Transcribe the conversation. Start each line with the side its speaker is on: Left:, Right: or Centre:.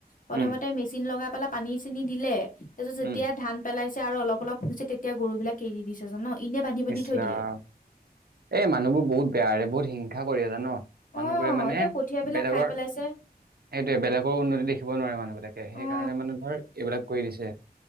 Left: প্ৰথমতে
Right: উম,
Left: মেচিন লগাই- পেলাই পানী- চানি দিলে। তাৰপিছত যেতিয়া
Right: উম।
Left: ধান পেলাই- আৰু অলপ, অলপ পৰিছে তেতিয়া গৰু বিলাক এৰি দিছে জান। এনে বান্ধি বান্ধি
Right: ইচ
Left: থৈ
Right: ৰাম।
Left: দিয়ে
Right: এ' মানুহবোৰ বহুত বেয়াৰে বহুত হিংসা কৰি আ জান। মানুহবোৰে
Left: অ
Right: মানে
Left: এতিয়া কঠিয়া বিলাক
Right: বেলেগৰ-
Left: খাই পেলাইছে
Right: সেইটোৱে বেলেগৰ উন্নতি দেখিব নোৱাৰে মানুহবিলাকে। সেইকাৰণে
Left: অ
Right: মানে ধৰ এইবিলাক কৰি দিছে।